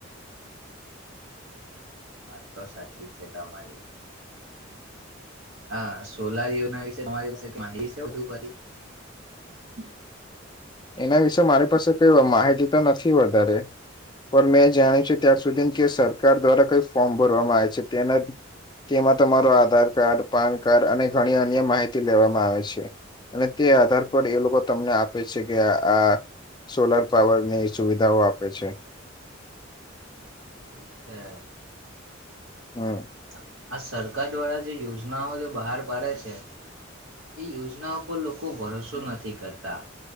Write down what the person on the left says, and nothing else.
એના વિશે મારી પાસે કઈ માહિતી તો નથી વધારે, પણ મેં જાણી છે ત્યાર સુધી કે, સરકાર દ્વારા કંઈ ફોર્મ ભરવામાં આવે છે. તેના તેમાં તમારો આધાર કાર્ડ, પાન કાર્ડ અને ઘણી અન્ય માહિતી લેવામાં આવે છે. અને તે આધાર પર એ લોકો તમને આપે છે. કે આ સોલાર પાવરની સુવિધાઓ આપે છે. <unintelligible>
હમ